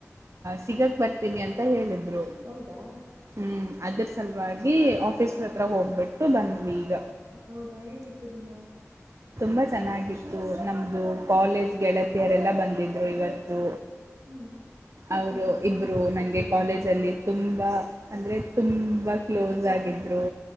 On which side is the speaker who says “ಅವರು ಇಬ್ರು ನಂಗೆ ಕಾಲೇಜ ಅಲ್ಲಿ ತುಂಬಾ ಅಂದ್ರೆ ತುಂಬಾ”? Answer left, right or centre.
Right